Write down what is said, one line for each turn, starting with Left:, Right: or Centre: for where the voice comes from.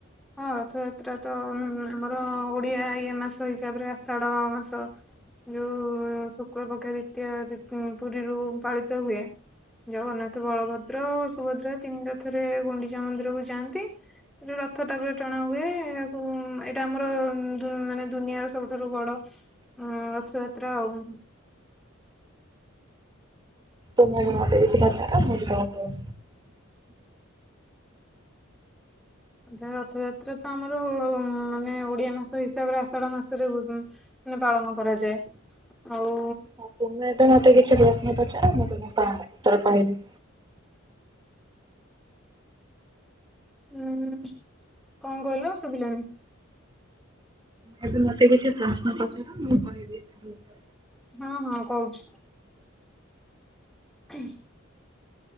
Centre: ହଁ ରଥଯାତ୍ରା ତ ଆମର ଉଁ ଓଡିଆ ଇଏ ମାସ ହିସାବରେ ଆଷାଢ ମାସ। ଯୋଉ ଶୁକ୍ଳ ପକ୍ଷ ଦ୍ଵିତୀୟା ତି ପୁରୀରୁ ପାଳିତ ହୁଏ। ଜଗନ୍ନାଥ ବଳଭଦ୍ର ସୁଭଦ୍ରା ତିନି ରଥରେ ଗୁଣ୍ଡିଚା ମନ୍ଦିରକୁ ଯାଆନ୍ତି। ତିନି ରଥ ତାପରେ ଟଣା ହୁଏ ଏହାକୁ ଏଇଟା ଆମର ଦୁ ମାନେ ଦୁନିଆର ସବୁଠାରୁ ବଡ ହଁ ରଥଯାତ୍ରା ଆଉ
Right: ତୁମେ ଆଗ ମତେ କିଛି ପଚାର ମୁଁ ବି ତମକୁ
Centre: ରଥଯାତ୍ରା ତ ଆମର ମାନେ ଓଡିଆ ମାସ ହିସାବରେ ଆଷାଢ ମାସରେ ହୁ ମାନେ ପାଳନ କରାଯାଏ ଆଉ
Right: ହଁ ତୁମେ ଏବେ ମତେ କିଛି ପ୍ରଶ୍ନ ପଚାର ମୁଁ ତମକୁ ତା ଉତ୍ତର କହବି?
Centre: ହୁଁ କଣ କହିଲ ଶୁଭିଲାନି।
Right: ଏବେ ମତେ କିଛି ପ୍ରଶ୍ନ ପଚାର ମୁଁ କହିବି ତାର ଉତ୍ତର।
Centre: ହଁ ହଁ କହୁଛି? ହୁଁ।